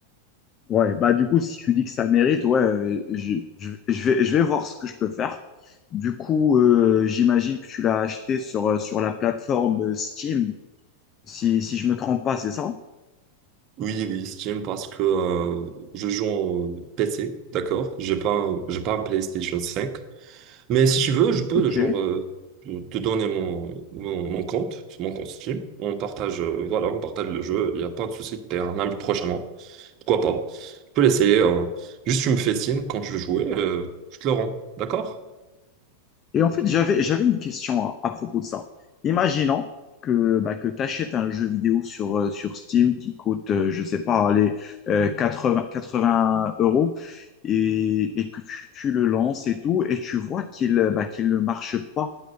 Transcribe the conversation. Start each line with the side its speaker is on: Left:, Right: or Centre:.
Left: Ouais, bah du coup, si tu dis que ça mérite, ouais, euh, je, je- je vais, je vais voir ce que je peux faire. Du coup, euh, j'imagine que tu l'as acheté sur, euh, sur la plateforme euh, Steam, si, si je me trompe pas, c'est ça?
Right: Oui, oui, Steam, parce que euh, je joue en PC, d'accord? J'ai pas, un- j'ai pas un PlayStation cinq Mais si tu veux, je peux
Left: Ok.
Right: genre euh, te te donner mon, mon, mon compte, mon compte Steam. On partage, euh, voilà, on partage le jeu. Il n'y a pas de souci. T'es un ami prochainement Pourquoi pas? Je peux l'essayer. hein. Juste tu me fais signe quand tu veux jouer. euh, je te le rends. D'accord?
Left: Et en fait, j'avais, j'avais une question à, à propos de ça. Imaginons que, bah, que tu achètes un jeu vidéo sur, euh, sur Steam qui coûte, euh, je sais pas, allez, euh, 80, 80 euros et, et que tu, tu le lances et tout, et tu vois qu'il euh, bah, qu'il ne marche pas